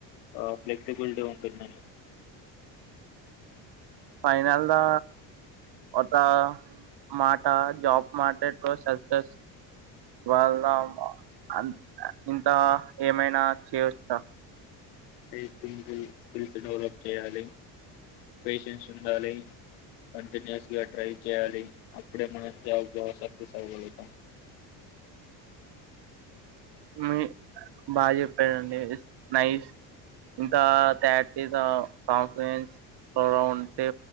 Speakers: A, on the left; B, on the right.
A: ఆ ఫ్లెక్సిబిలిటీ ఉంటుందని
B: ఫైనల్ గా ఒక మాట జాబ్ మాటే తొ సక్సస్ వాళ్ళమ్ అంత ఇంత ఏమైనా చేయవచ్చా
A: స్ స్కిల్స్ డెవలప్ చేయాలి పేషన్స్ ఉండాలి కంటిన్యూస్ గా ట్రై చేయాలి అప్పుడే మనం చాలా బాగా సక్సెస్ అవ్వగలుగుతాం
B: హ్మ్మ్ బాగా చెప్పారండి నైస్ ఇంకా తాచిగా ఓఫ్ఫ్లిన్స్ ఎక్కువగా ఉంటే